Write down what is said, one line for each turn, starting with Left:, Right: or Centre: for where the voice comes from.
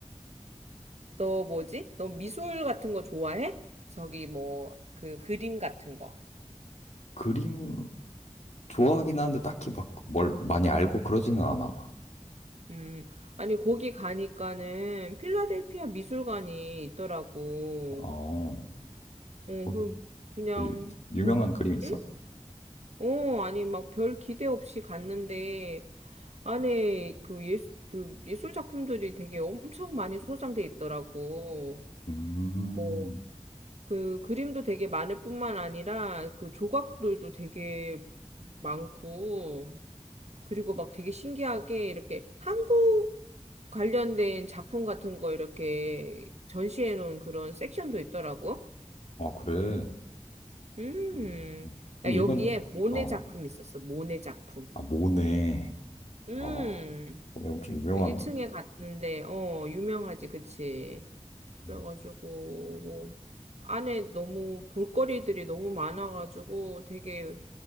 Right: 너 뭐지? 너 미술 같은 거 좋아해? 저기 뭐, 그 그림 같은 거.
Left: 그림 좋아하긴 하는데 딱히 막 뭘 많이 알고 그러지는 않아.
Right: 음, 아니, 거기 가니까는 필라델피아 미술관이 있더라고.
Left: 어,
Right: 응,
Left: 거기
Right: 그, 그냥,
Left: 뭐 유- 유명한
Right: 그,
Left: 그림 있어?
Right: 응? 어, 아니, 막 별 기대 없이 갔는데, 안에 그 예술, 그 예술 작품들이 되게 엄청 많이 소장돼 있더라고.
Left: 음,
Right: 뭐, 그 그림도 되게 많을 뿐만 아니라, 그 조각들도 되게 많고, 그리고 막 되게 신기하게 이렇게 한국 관련된 작품 같은 거 이렇게 전시해 놓은 그런 섹션도 있더라고.
Left: 아, 그래.
Right: 음,
Left: 음. 그럼
Right: 야, 여기에
Left: 이번,
Right: 모네
Left: 어,
Right: 작품 있었어, 모네 작품.
Left: 아, 모네.
Right: 음.
Left: 어, 근데 엄청 유명한,
Right: 그 1층에 갔는데, 어, 유명하지, 그치.
Left: 음.
Right: 그래가지고, 뭐, 안에 너무 볼거리들이 너무 많아가지고 되게